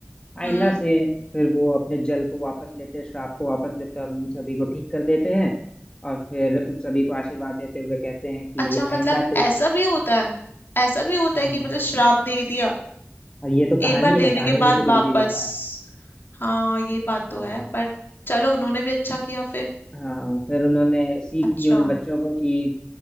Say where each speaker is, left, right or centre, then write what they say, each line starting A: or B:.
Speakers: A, on the left (about 20°); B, on the left (about 55°).
A: आईना
B: हम्म
A: से फिर वो अपने जल को वापस लेते हैं श्राप को वापस लेते हैं और उन सभी को ठीक कर देते हैं और फिर उन सभी को आशीर्वाद देते हुए कहते हैं कि
B: अच्छा मतलब
A: आइंदा से
B: ऐसा भी होता है ऐसा भी होता
A: हाँ
B: है कि मतलब श्राप दे दिया
A: अब ये तो
B: एक
A: कहानी
B: बार
A: है
B: देने
A: ना कहानी
B: के बाद
A: में तो कुछ
B: वापस
A: भी होता है
B: हाँ ये बात
A: हाँ
B: तो है पर चलो उन्होंने भी अच्छा किया फिर
A: हाँ फिर उन्होंने सीख
B: अच्छा
A: दी उन बच्चों को कि